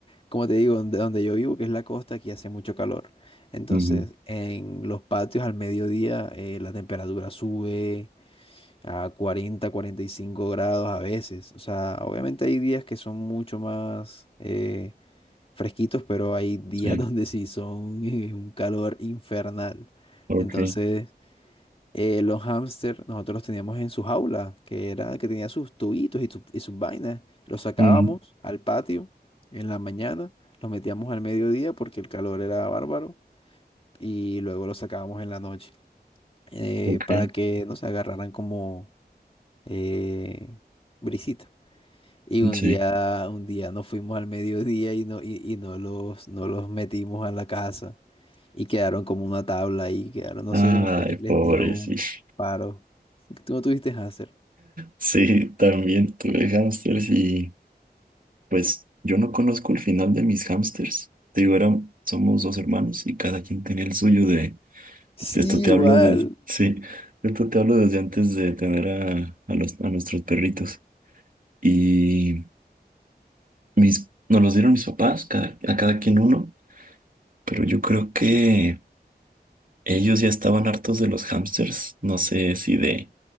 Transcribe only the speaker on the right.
ujú,
sí,
ok,
ujú,
ok,
sí.
Ay,
pobrecito.
Sí, también tuve hámsters y pues yo no conozco el final de mis hámsters. Te digo, eran, somos dos hermanos y cada quien tenía el suyo de,
de esto te
hablo de, sí, de esto te hablo desde antes de tener a, a los, a nuestros perritos. Y mis, nos los dieron mis papás, cada- a cada quien uno, pero yo creo que Ellos ya estaban hartos de los hámsters, no sé si de,